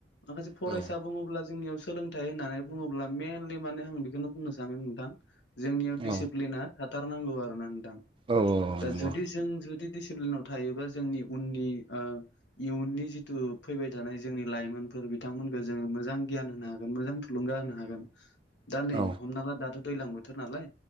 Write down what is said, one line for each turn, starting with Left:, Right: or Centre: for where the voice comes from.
Left: माखासे फरायसा
Right: औ
Left: बुङोब्ला जोंनियाव सोलोंथाइ होननानै बुङोब्ला मेइनलि माने आं बेखौनो बुंनो सानो नोंथां जोंनियाव दिडिसिप्लिना
Right: औ
Left: थाथारनांगौ आरो ना नोंथां दा
Right: औ नंगौ
Left: जुदि जों जुदि दिसिप्लिनाव थायोबा जोंनि उननि ओ इयुननि जिथु फैबाय थानाय जोंनि लाइमोन फोर बिथांमोनखौ जोङो मोजां गियान होनो हागोन मोजां थुलुंगा होनो हागोन दा नै
Right: औ
Left: हमना ला दाथ' दैजलां बोथोर नालाय